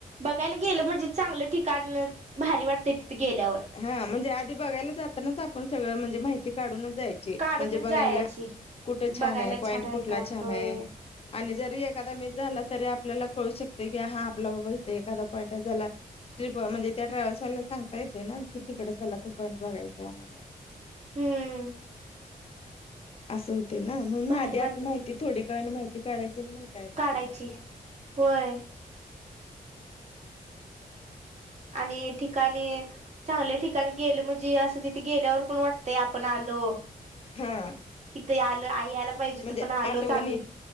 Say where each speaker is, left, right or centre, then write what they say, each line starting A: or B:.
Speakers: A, on the right; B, on the left.
A: बघायला गेलं म्हणजे चांगलं ठिकाण भारी वाटते तिथं गेल्यावर
B: हा म्हणजे आधी बघायला जातानाच आपण सगळं म्हणजे माहिती काढूनच जायचे
A: काढूनच
B: म्हणजे बघायला
A: जायची
B: कुठ छान
A: बघायला
B: हाय पाॅईट
A: आहे
B: कुठला
A: का
B: छान
A: होय
B: हे आणि ज री एखादा मी झाला तरी आपल्याला कळू शकते की हा आपला बाबा इथे एखादा पॉईंट हे झा ट्रीप म्हणजे त्या ट्रॅव्हल्स वाल्याला सांगता येते ना कि तिकडे चला तो पॉईंट बघायचाय आम्हाला
A: हम्म.
B: असं होते ना म्हणून आधी
A: भारी
B: आपण
A: वाटते
B: माहिती थोडी काळ माहिती काढायची. आणि मग जायचं
A: काढायची वय.
B: हम्.
A: आणि ठिकाणी चांगल्या ठिकाणी गेल म्हणजे असं तिथे गेल्यावर पण वाटतंय आपण आलो. <unintelligible>
B: हा.
A: इथे आलो आई यायला पाहिजे
B: म्हणजे
A: तर पण आलोच
B: आठवणी
A: आम्ही